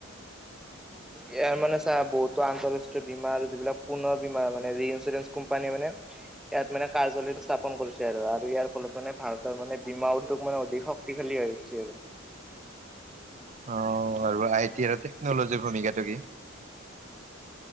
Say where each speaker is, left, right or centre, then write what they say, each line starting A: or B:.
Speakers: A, in the centre; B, on the right (about 35°).
A: ইয়াৰ মানে চা, বহুতো আন্তঃৰাষ্ট্ৰীয় বীমা আৰু যিবিলাক পুনৰ বীমা মানে, যি ইঞ্চুৰেঞ্চ কোম্পানী মানে ইয়াত মানে কাৰ্যালয়টো স্থাপন কৰিছে আৰু, আৰু ইয়াৰ ফলত মানে ভাৰতৰ মানে বীমা উদ্যোগ মানে অধিক খালী খালী হৈ গৈছে আৰু।
B: অ আৰু আই টি আৰু টেকনলজিৰ ভূমিকাটো কি?